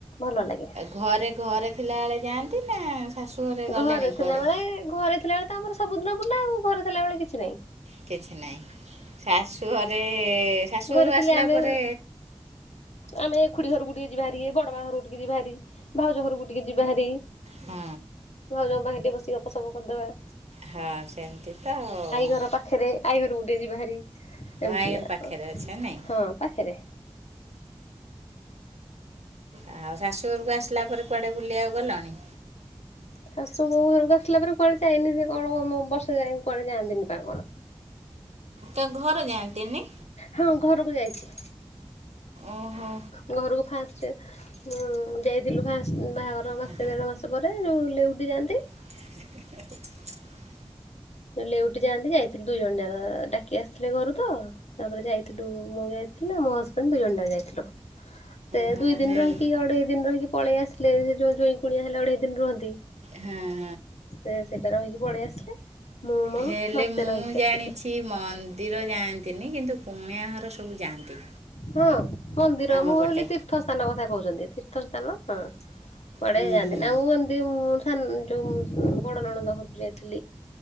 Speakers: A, on the left; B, on the right.
A: ଭଲ ଲାଗେ।
B: ଘରେ ଘରେ ଥିଲାବେଳେ ଯାଆନ୍ତି ନା ଶାଶୁଘରେ ଗଲେଣି
A: ଘରେ ଥିଲାବେଳେ
B: କୁଆଡ଼େ?
A: ଘରେ ଥିଲାବେଳେ ତ ଆମର ସବୁଦିନ ବୁଲା ଆଉ ଘରେ ଥିଲାବେଳେ ଆଉ କିଛି ନାହିଁ।
B: କିଛି ନାହିଁ ଶାଶୁଘରେ ଶାଶୁ
A: ଘରେ
B: ଘରୁ
A: ଥିଲେ
B: ଆସିଲା
A: ଆମେ
B: ପରେ
A: ଆମେ ଏ ଖୁଡି ଘରକୁ ଟିକେ ଯିବା ଭାରି ବଡ ମା ଘରକୁ ଟିକେ ଯିବା ଭାରି। ଭାଉଜ ଘରକୁ ଟିକେ ଯିବା ହାରି।
B: ହଁ।
A: ଭାଉଜ ଙ୍କ ପାଖରେ ଟିକେ ବସି ଗପସପ କରିଦେବା।
B: ହଁ ସେମିତି ତ ଆଉ।
A: ଘର ପାଖରେ ଆଈ ଘରକୁ ଗୋଟିଏ ଯିବା ଭାରି
B: ଭାଇର
A: ଏମିତି ଆଉ
B: ପାଖରେ ଅଛ ନାଇଁ
A: ହଁ ପାଖରେ।
B: ଆଉ ଶାଶୁଘରକୁ ଆସିଲା ପରେ କୁଆଡ଼େ ବୁଲିବାକୁ ଗଲଣି?
A: ଶାଶୁଘରକୁ ଆସିଲା ପରେ କୁଆଡ଼େ ଯାଇନି ସେ କଣ ବର୍ଷ ଯାଇକ କୁଆଡ଼େ ଯାଆନ୍ତିନି ବା କଣ।
B: ତ ଘର ଯାଆନ୍ତିନି।
A: ହଁ ଘରକୁ ଯାଇଛି।
B: ଓହୋ
A: ଘରକୁ ଫାଷ୍ଟ ହଁ ଯାଇଥିଲୁ ଫାଷ୍ଟ ବାହାଘର ମାସେ
B: ହଁ
A: ଦେଢ଼ ମାସ ପରେ ଲେଉଟି ଯାଆନ୍ତି।
B: <unintelligible>
A: ଲେଉଟି ଯାଆନ୍ତି ଯାଇଥିଲୁ ଦୁଇ ଜଣ ଯା ଡାକି ଆସିଥିଲେ ଘରୁ ତ। ତାପରେ ଯାଇଥିଲୁ ମୁଁ ଯାଇଥିଲି ମୋ ହଜବେଣ୍ଡ ଦି ଜଣ ଯାକ ଯାଇଥିଲୁ। ସେ
B: ହଁ ହଁ
A: ଦୁଇ ଦିନ ରହିକି ଅଢେଇ ଦିନ ରହିକି ପଳେଇ ଆସିଲେ ସେ ଯୋଉ ଯେଇଁ କୁଣିଆ ହେଲେ ଅଢେଇ ଦିନ ରୁହନ୍ତି।
B: ହଁ।
A: ସେ ସେଟା ରହିକି ପଳେଇ ଆସିଲେ। ମୁଁ ମୋର
B: ହେଲେ
A: ମାସେ
B: ମୁଁ
A: ରହିକି
B: ଜାଣିଛି
A: ଆସିଲି।
B: ମନ ନ୍ଦିର ଯାଆନ୍ତିନି କିନ୍ତୁ କୁଣିଆ ଘର ସବୁ ଯାଆନ୍ତି।
A: ହଁ ମନ୍ଦିର
B: ଆମ
A: ମୁଁ ଭାବିଲି
B: ପଟେ
A: ତୀର୍ଥ ସ୍ଥାନ କଥା କହୁଛନ୍ତି ତୀର୍ଥ ସ୍ଥାନ ହଁ। ପଡେଇ
B: ହଁ
A: ଯାଆନ୍ତି
B: ହଁ
A: ନା ମୁଁ ଏମିତି ମୁଁ ସା ଯୋଉ ବଡ ନଣନ୍ଦ ଘରକୁ ଯାଇଥିଲି।